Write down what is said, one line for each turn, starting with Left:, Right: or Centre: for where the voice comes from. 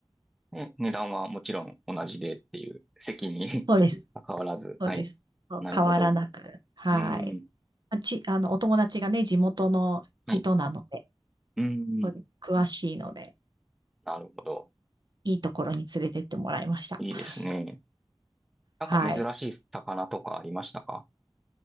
Centre: ね、値段はもちろん同じでっていう、席に
Right: そうです。
Centre: <laughs> 関わらず。
Right: そうです。
Centre: はい。
Right: そう変わらなく。
Centre: なるほど。
Right: はい。
Centre: うん。
Right: まあち、あの、お友達がね、地元の人なので、
Centre: はい。うん。
Right: そうです詳しいので。
Centre: なるほど。
Right: いいところに連れてってもらいました。
Centre: いいですね。
Right: <laughs>
Centre: なんか珍しい魚とかありましたか
Right: はい。